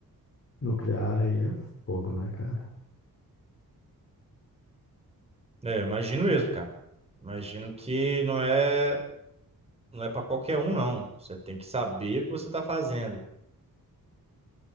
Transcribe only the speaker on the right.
É, eu imagino mesmo, cara. Imagino que não é, não é para qualquer um, não. Você tem que saber o que você está fazendo.